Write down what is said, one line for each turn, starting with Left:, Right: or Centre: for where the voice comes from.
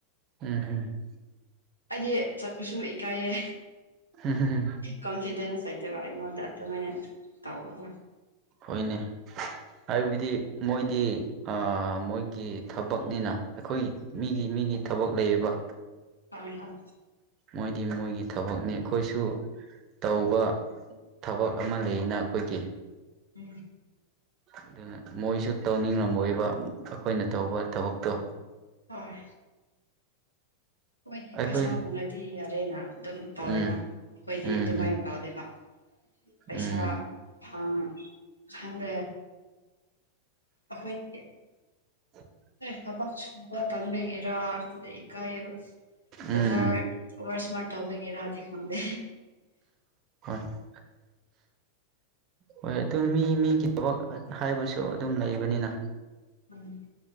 Right: ꯎꯝ ꯍꯝ
Left: ꯑꯩꯗꯤ ꯆꯠꯄꯁꯨ ꯏꯀꯥꯏꯌꯦ
Right: <unintelligible>
Left: ꯀꯝꯐꯤꯗꯦꯟꯁ ꯂꯣꯆꯕ ꯑꯩꯉꯣꯟꯗ ꯑꯗꯨꯃꯥꯏ ꯇꯧꯕꯗꯨ
Right: ꯍꯣꯏꯅꯦ ꯍꯥꯏꯕꯗꯤ ꯃꯣꯏꯗꯤ ꯃꯣꯏꯒꯤ ꯊꯕꯛꯅꯤꯅ ꯑꯩꯈꯣꯏ ꯃꯤꯒꯤ ꯃꯤꯒꯤ ꯊꯕꯛ ꯂꯩꯌꯦꯕ
Left: <unintelligible>
Right: ꯃꯣꯏꯗꯤ ꯃꯣꯏꯒꯤ ꯊꯕꯛꯅꯤ ꯑꯩꯈꯣꯏꯁꯨ ꯇꯧꯕ ꯊꯕꯛ ꯑꯃ ꯂꯩꯅ ꯑꯩꯈꯣꯏꯒꯤ
Left: ꯎꯝ
Right: ꯑꯗꯨꯅ ꯃꯣꯏꯁꯨ ꯇꯧꯅꯤꯡꯉꯝꯃꯣꯏꯕ ꯑꯩꯈꯣꯏꯅ ꯇꯧꯕ ꯊꯕꯛꯇꯣ
Left: ꯍꯣꯏ ꯃꯣꯏꯗꯤ
Right: ꯑꯩꯈꯣꯏ
Left: ꯄꯩꯁꯥ ꯐꯪꯂꯗꯤ ꯌꯥꯔꯦꯅ ꯑꯗꯨꯝ ꯇꯥꯎꯋꯦꯅ
Right: ꯎꯝ
Left: ꯑꯩꯈꯣꯏꯗꯤ
Right: ꯎꯝ
Left: ꯑꯗꯨꯃꯥꯏꯅ
Right: ꯎꯝ
Left: ꯇꯥꯎꯗꯦꯕ ꯄꯩꯁꯥ
Right: ꯎꯝ
Left: ꯐꯥꯡ ꯈꯪꯗ꯭ꯔꯦ ꯑꯩꯈꯣꯏꯗꯤ
Right: <inaudible>
Left: ꯊꯕꯛꯁꯨꯕ ꯀꯟꯕꯒꯤꯔꯥ ꯈꯪꯗꯦ ꯏꯀꯥꯏ ꯑꯣꯚꯔ
Right: ꯎꯝ
Left: ꯑꯣꯚꯔ ꯁꯃꯥꯔꯠ ꯇꯧꯕꯒꯤꯔꯥꯗꯤ ꯈꯪꯗꯦ
Right: <unintelligible> ꯍꯣꯏ ꯑꯗꯨ ꯃꯤ ꯃꯤꯒꯤ ꯊꯕꯛ ꯍꯥꯏꯕꯁꯨ ꯑꯗꯨꯝ ꯂꯩꯕꯅꯤꯅ
Left: ꯎꯝ